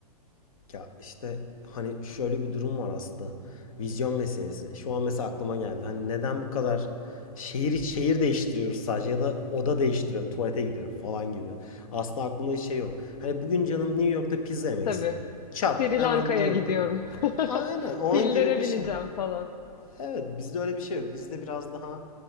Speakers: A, on the left; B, on the left.
A: Ya işte hani şöyle bir durum var aslında. Vizyon meselesi. Şu an mesela aklıma geldi. Hani neden bu kadar şehir şehir değiştiriyoruz sadece ya da oda değiştiriyorum, tuvalete gidiyorum falan gibi. Aslında aklımda hiç şey yok. Hani bugün canım New York'ta pizza yemek
B: Tabii.
A: istedi. Çat
B: Sri
A: hemen
B: Lanka'ya
A: New York'tayım.
B: gidiyorum.
A: Aynen
B: <laughs>
A: onun
B: Pillere
A: gibi bir
B: bineceğim
A: şey.
B: falan.
A: Evet bizde öyle bir şey yok. Bizde biraz daha